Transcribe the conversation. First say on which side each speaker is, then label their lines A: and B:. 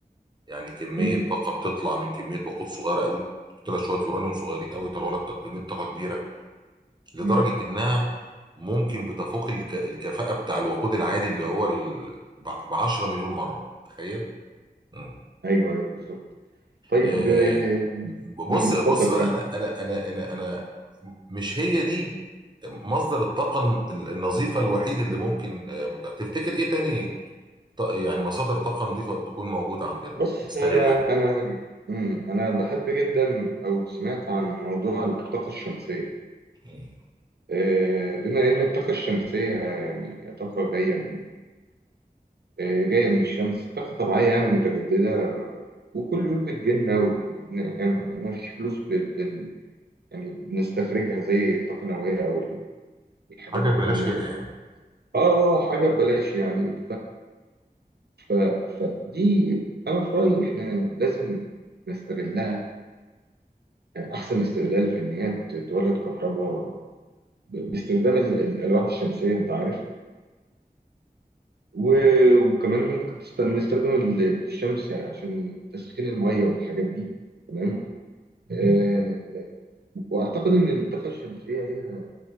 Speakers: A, on the right; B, on the right.
A: يعني كميه
B: امم
A: طاقه بتطلع من كميه وقود صغيره قوي تحط لك شويه يورانيوم صغيرين قوي يطلعوا لك كميه طاقه كبيره لدرجة
B: امم
A: إنها ممكن بتفوق الك... الكفاءة بتاع الوقود العادي اللي هو ال... ب 10 مليون مرة تخيل مم.
B: أيوه أيوه بالظبط طيب
A: آه،
B: آه، مم،
A: بص
B: اتفضل
A: بص بقى
B: كمل
A: أنا أنا أنا أنا أنا مش هي دي مصدر الطاقة النظيفة الوحيد اللي ممكن آه، متاح. تفتكر إيه تاني ط- يعني مصادر طاقة نظيفة تكون موجودة عندنا
B: بص
A: نستغلها
B: انا انا مم، انا بحب جدا او سمعت عن موضوع الطاقه الشمسيه
A: مم.
B: آه، بما ان الطاقه الشمسيه يعني طاقه جايه من آه، جايه من الشمس طاقه طبيعيه يعني متجدده وكل يوم بتجيلنا ومبن- يعني ما فيش فلوس بت- بن يعني بنستخرجها زي الطاقه النوويه او الحاجات
A: حاجة
B: التانيه
A: ببلاش كده
B: اه
A: يعني
B: آه، حاجه ببلاش يعني ف... فدي أنا في رأيي إحنا لازم نستغلها أحسن استغلال في إن هي ت- تولد كهرباء ب- باستخدام ال- الألواح الشمسية أنت عارف و- وكمان ممكن تست- نستخدم ال- الشمس عشان تسخين المية والحاجات دي تمام
A: مم.
B: آه وأعتقد إن الطاقة الشمسية ليها